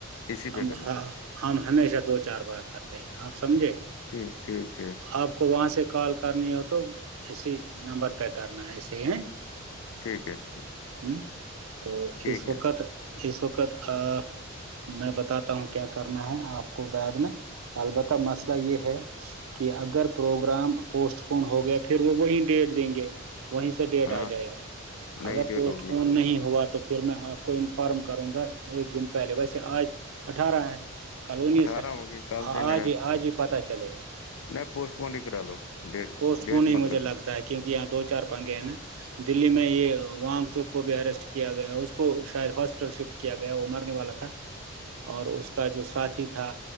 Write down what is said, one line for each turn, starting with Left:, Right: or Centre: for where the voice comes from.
Left: اسی پہ
Right: ہم
Left: کریں
Right: ہ
Left: گے
Right: ہم ہمیشہ دو چار بار کرتے ہیں آپ سمجھے
Left: ٹھیک ٹھیک ٹھیک
Right: آپ کو وہاں سے کال کرنی ہو تو اسی نمبر پہ کرنا ہے ایسے ہی ہیں
Left: ٹھیک ہے ٹھیک
Right: ہوں تو
Left: ٹھیک
Right: اس
Left: ہے
Right: وقت اس وقت آ میں بتاتا ہوں کیا کرنا ہے آپ کو بعد میں البتہ مسئلہ یہ ہے کہ اگر پروگرام پوسٹ پون ہو گیا پھر وہ وہی ڈیٹ دیں گے وہیں سے ڈیٹ
Left: ہاں
Right: آ جائے گا
Left: نئی
Right: اگر
Left: ڈیٹ
Right: پوسٹ
Left: ہوگی
Right: پون نہیں نہیں ہوا تو پھر میں آپ کو انفارم کروں گا ایک دن پہلے ویسے آج اٹھارہ ہیں کالونی
Left: اٹھارہ
Right: سے
Left: ہوگی کل دن
Right: آج
Left: ہے
Right: ہی آج ہی پتا چلے گا
Left: نہیں پوسٹ پورن ہی کرا لو ڈیٹ
Right: پوسٹ
Left: ڈیٹ
Right: فون ہی
Left: مت
Right: مجھے
Left: رکھو
Right: لگتا ہے کیونکہ یہاں دو چار پنگے ہیں ن دللی میں یہ وانگ چوک کو بھی ارسٹ کیا گیا اس شاید ہاسپٹل شفٹ کیا گیا وہ مر نے والا تھا اور اس کا جو ساتھی تھا